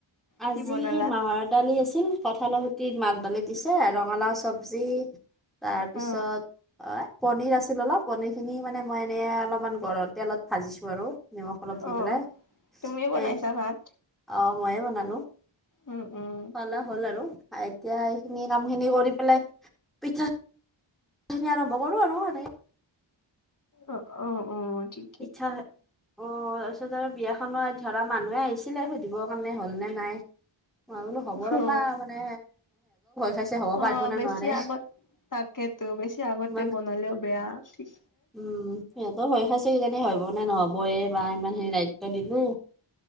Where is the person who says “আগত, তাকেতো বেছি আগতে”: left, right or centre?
Left